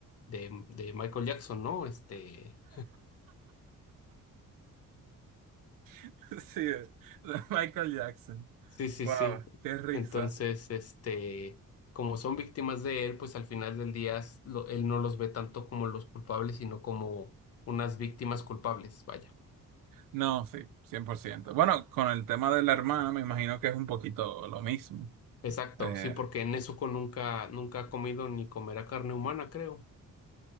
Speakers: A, on the left; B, on the right.
A: de, de Michael Jackson, ¿no? Este,
B: <laughs> Sí, de, de Michael Jackson.
A: Sí, sí,
B: Wow,
A: sí.
B: qué risa.
A: Entonces, este, como son víctimas de él, pues al final del día s- lo- él no los ve tanto como los culpables, sino como unas víctimas culpables, vaya.
B: No, sí, cien por ciento Bueno, con el tema de la hermana, me imagino que es un poquito lo mismo.
A: Exacto,
B: Eh,
A: sí, porque Nezuko nunca, nunca ha comido ni comerá carne humana, creo.